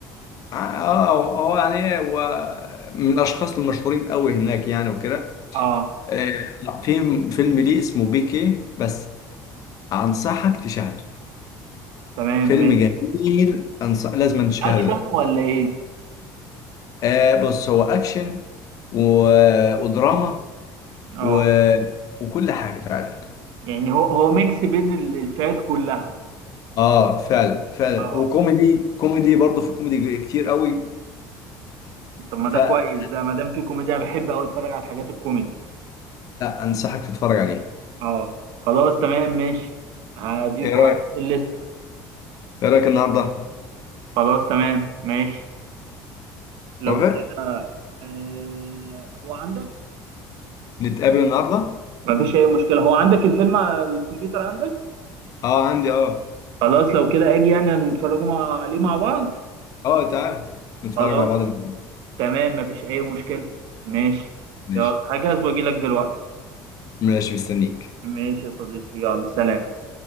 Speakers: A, on the left; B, on the right.
A: اه هو يعني إيه، هو من الاشخاص المشهورين قوي هناك يعني وكده
B: اه
A: آه لا في فيلم ليه اسمه بيكي بس انصحك تشاهده
B: تمام
A: فيلم
B: ماشي
A: جميل أنصح... لازم تشاهده
B: اكشن
A: ده
B: ولا ايه
A: آه بص هو اكشن و... ودراما
B: اه
A: و... وكل حاجه فعلا
B: يعني هو هو ميكس بين ال- الفئات كلها
A: اه فعلا فعلا
B: اه
A: وكوميدي كوميدي برضه في كوميدي كتير قوي
B: طب ما ده
A: فلا
B: كويس ده ما دام في كوميديا أنا بحب قوي اتفرج على الحاجات الكوميدي
A: انصحك تتفرج عليه
B: اه خلاص تمام ماشي هضيفه
A: ايه رايك
B: عندي في الليست
A: ايه رايك النهارده
B: خلاص تمام ماشي لو
A: وافق
B: كده آه هو عندك
A: نتقابل النهارده
B: ما فيش اي مشكلة هو عندك الفيلم على الكمبيوتر عندك
A: اه عندي اه
B: خلاص لو كده اجي يعني نتفرجوا مع- عليه مع بعض
A: اه تعال نتفرج
B: خلاص
A: مع بعض النهاردة.
B: تمام مفيش اي مشكلة ماشي
A: ماشي
B: يلا هجهز واجي لك دلوقتي
A: ماشي مستنيك
B: ماشي يا صديقي يلا سلام